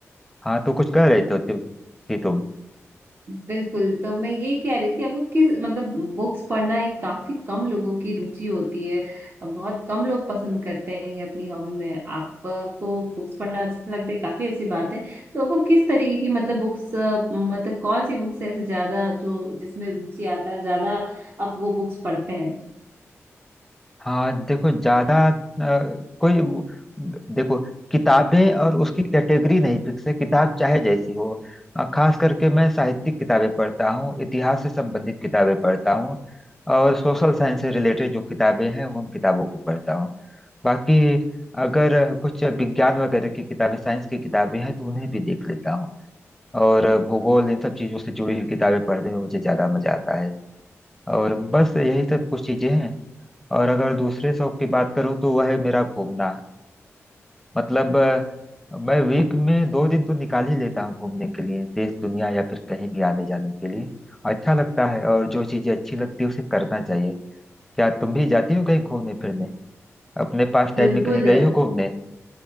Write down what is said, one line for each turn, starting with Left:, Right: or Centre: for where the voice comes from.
Centre: हाँ तो कुछ कह रही तो थी तुम
Right: बिल्कुल तो मैं ये कह रही थी आपको किस मतलब बुक्स पढ़ना एक काफी कम लोगों की रुचि होती है बहुत कम लोग पसंद करते हैं ये अपनी हॉबी में आपको बुक्स पढ़ना अच्छा लगता है काफी अच्छी बात है तो आपको किस तरीके की मतलब बुक्स मतलब कौन सी बुक्स है ऐसे ज्यादा जो जिसमें रुचि आता है ज्यादा आप वो बुक्स पढ़ते हैं
Centre: हाँ देखो ज्यादा अ, कोई वो- देखो किताबें और उसकी कैटेगरी नहीं फिक्स है किताब चाहे जैसी हो अ, खास करके मैं साहित्यिक किताबें पढ़ता हूँ इतिहास से संबंधित किताबें पढ़ता हूँ और सोशल साइंस से रिलेटेड जो किताबें हैं उन किताबों को पढ़ता हूँ बाकी अगर कुछ विज्ञान वगैरह की किताबें साइंस की किताबें हैं तो उन्हें भी देख लेता हूँ और भूगोल इन सब चीजों से जुड़ी हुई किताबें पढ़ने में मुझे ज्यादा मजा आता है और बस यही सब कुछ चीजें हैं और अगर दूसरे शौक की बात करूँ तो वह है मेरा घूमना मतलब अ, मैं वीक में दो दिन तो निकाल ही लेता हूँ घूमने के लिए देश दुनिया या फिर कहीं भी आने जाने के लिए अच्छा लगता है और जो चीजें अच्छी लगती है उसे करना चाहिए क्या तुम भी जाती हो कहीं घूमने फिरने अपने पास टाइम
Right: बिल्कुल
Centre: में कहीं गई हो घूमने